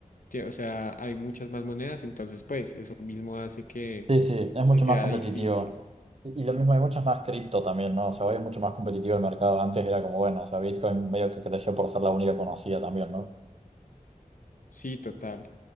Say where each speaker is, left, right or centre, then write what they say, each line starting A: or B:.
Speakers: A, on the left; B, on the right.
A: que, O sea, hay muchas más monedas, entonces pues eso mismo hace que,
B: Sí, sí, es mucho
A: que sea
B: más competitivo.
A: difícil.
B: Y, y lo mismo, hay muchas más cripto también, ¿no? O sea, hoy es mucho más competitivo el mercado. Antes era como, bueno, o sea, Bitcoin medio que creció por ser la única conocida también, ¿no?
A: Sí, total,